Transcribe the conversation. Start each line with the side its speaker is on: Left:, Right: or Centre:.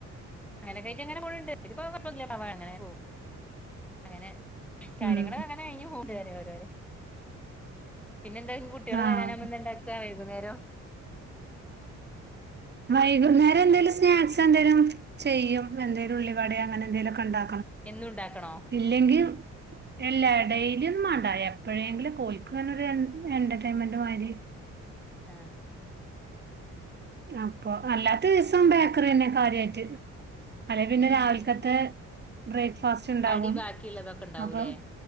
Centre: അങ്ങനെ ക്കാഴിട്ട് അങ്ങനെ പോണണ്ട് ഇപ്പം കൊയപോന്നുല്ല അങ്ങനെ പോകും അങ്ങനെ കാര്യങ്ങള്
Right: ഉം
Centre: അങ്ങനെ കഴിഞ്ഞ് പൊക്ണ്ട് ഓരോരേ പിന്നെ എന്തയ്ക്കും കുട്ടികൾ
Right: ആഹ്
Centre: വരാനാവുബോ എന്താ ഉണ്ടാക്കുക വൈകുന്നേരം
Right: വൈകുന്നേരം എന്തേലും സ്നാക്സ് എന്തേിലും ചെയ്യും എന്തേലും ഉള്ളിവട അങ്ങനെ എന്തേലും ഒക്കെ ഉണ്ടോ
Centre: എന്നും ഉണ്ടാക്കണോ
Right: ഇല്ലെങ്കിൽ ഇല്ലാതെയും കിളിന്നു മാണ്ട എപ്പോഴെങ്കിലും ഓല്ക്ക് എന്റർടൈമന്റ് മാതിരി
Centre: ആ
Right: അപ്പൊ അല്ലാത്ത ദിവസം ബേക്കറി തന്നെ കാര്യായിട്ട് അല്ലെ പിന്നെ
Centre: ഏഹ്
Right: രാവിലക്കത്തെ ബ്രേക്ക്ഫാസ്റ്റ് ഉണ്ടാവും
Centre: കടി ബാക്കിയുള്ളതൊക്കെ ഉണ്ടാവൂലേ
Right: അപ്പം